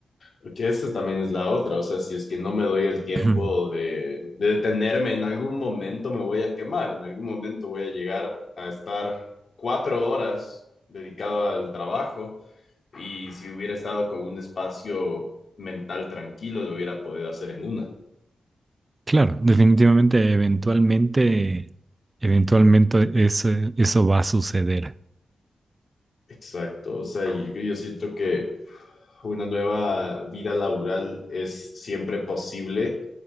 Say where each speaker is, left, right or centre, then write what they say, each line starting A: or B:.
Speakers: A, on the left; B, on the right.
A: Porque esa también es la otra, o sea, si es que no me doy el tiempo
B: <clears throat>
A: de, de detenerme, en algún momento me voy a quemar, en algún momento voy a llegar a estar cuatro horas dedicado al trabajo y si hubiera estado con un espacio mental tranquilo, lo hubiera podido hacer en una.
B: Claro, definitivamente, eventualmente, eventualmente eso, eso va a suceder.
A: Exacto, o sea, y yo siento que una nueva vida laboral es siempre posible